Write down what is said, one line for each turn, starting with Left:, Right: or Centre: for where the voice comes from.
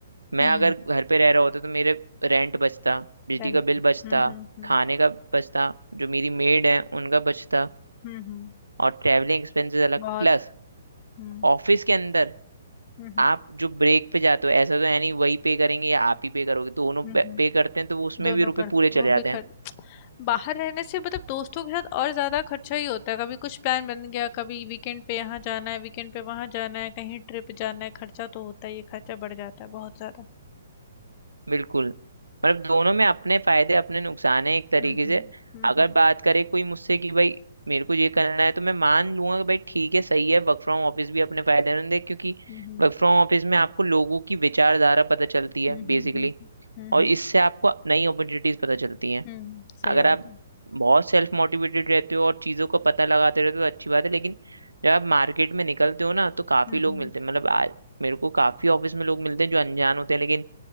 Right: मैं
Left: हम्म
Right: अगर घर पे रह रहा होता तो मेरे रेंट बचता बिजली
Left: रेंट
Right: का बिल बचता
Left: हम्म हम्म हम्म
Right: खाने का बचता जो मेरी मेड है उनका बचता
Left: हम्म हम्म,
Right: और ट्रैवलिंग एक्सपेंसेस अलग
Left: बहुत
Right: प्लस
Left: हम्म
Right: ऑफिस के अंदर
Left: हम्म
Right: आप जो ब्रेक पे जाते हो ऐसा तो है नहीं वही पे करेंगे या आप ही पे करोगे दोनों
Left: हम्म
Right: पे
Left: हम्म
Right: करते हैं तो वो उसमें
Left: दोनों
Right: भी रुपए
Left: करते
Right: पूरे चले
Left: वो
Right: जाते
Left: भी खर्च
Right: हैं
Left: बाहर रहने से मतलब दोस्तों के साथ और ज़्यादा खर्चा ही होता है कभी कुछ प्लान बन गया कभी वीकेंड पे यहाँ जाना है वीकेंड पे वहाँ जाना है कहीं ट्रिप जाना है खर्चा तो होता ही है खर्चा बढ़ जाता है बहुत ज़्यादा
Right: बिल्कुल मतलब दोनों में अपने फायदे अपने नुकसान है एक तरीके
Left: हम्म हम्म
Right: से अगर
Left: हम्म
Right: बात करे कोई मुझसे कि भाई मेरे को ये करना है तो मैं मान लूंगा कि भाई ठीक है सही है वर्क फ्रॉम ऑफिस भी अपने फायदेमंद है क्योंकि
Left: हम्म
Right: वर्क फ्रॉम ऑफिस में आपको लोगों की विचारधारा पता चलती है
Left: हम्म हम्म
Right: बेसिकली
Left: हम्म हम्म
Right: और
Left: हम्म
Right: इससे आपको नई अपॉर्चुनिटीज पता चलती हैं
Left: हम्म, सही
Right: अगर
Left: बात
Right: आप
Left: है
Right: बहुत सेल्फ मोटिवेटेड रहते हो और चीज़ों का पता लगाते रहते हो तो अच्छी बात है लेकिन जब आप मार्केट में निकलते हो ना तो काफ़ी
Left: हम्म
Right: लोग
Left: हम्म
Right: मिलते हैं मतलब आज मेरे को काफ़ी ऑफिस में लोग मिलते हैं जो अनजान होते हैं लेकिन